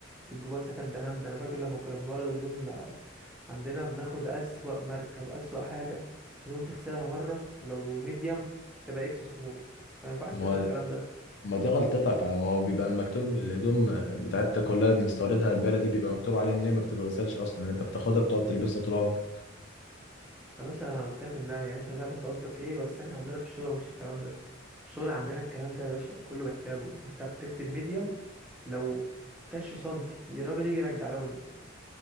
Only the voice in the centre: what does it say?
بتجيبوها سكند هاند انا فاكر لما كنا بنورد الهدوم اللي عندنا بناخد اسوأ ماركه باسوأ حاجه هدوم تغسلها مره لو ميديم تبقى اكس سمول ما ينفعش
يا
باشا الكلام ده
يا باشا انا قلت لك انها يعني انت مش عارف انت قصدك ايه بس احنا عندنا في الشغل مفيش الكلام ده الشغل عندنا الكلام ده يا باشا كله بحسابه انت بتكتب ميديم لو كاش سنتي الراجل يجي يرجعه لنا